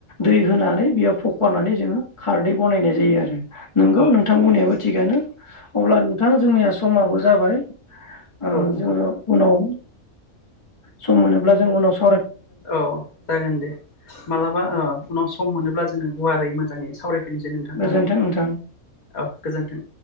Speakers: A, on the left; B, on the left.
A: दै होनानै बेयाव फखरनानै जोङो खारदै बनायनाय जायो आरो नोंगौ
B: औ
A: नोंथांमोननियाबो
B: नंगौ
A: थिगानो अब्ला नोंथां जोंनि समाबो जाबाय ओ
B: औ नोंथां
A: जोङो उनाव सम मोनोब्ला जों उनाव साव
B: औ जागोन दे मालाबा अ उनाव सम मोनोब्ला जोङो गुवारै मोजां <unintelligible> सावराय फिन फिननोसै नोंथां
A: गोजोन्थों
B: ना
A: नोंथां।
B: औ गोजोन्थों